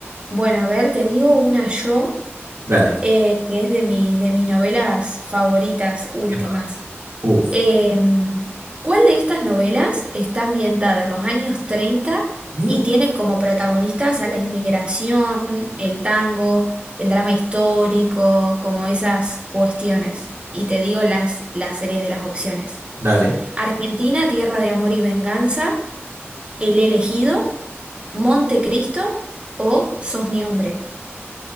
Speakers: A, on the right; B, on the right.
A: Bueno, a ver, te digo una yo
B: Dale.
A: eh, que es de mis, de mis novelas favoritas últimas.
B: Epa. Uf.
A: Em, ¿cuál de estas novelas está ambientada en los años 30
B: Mm,
A: y tiene como protagonistas a la inmigración, el tango, el drama histórico, como esas cuestiones? Y te digo las, las series de las opciones.
B: Dale.
A: Argentina, Tierra de Amor y Venganza. El elegido, Montecristo o Sos mi hombre.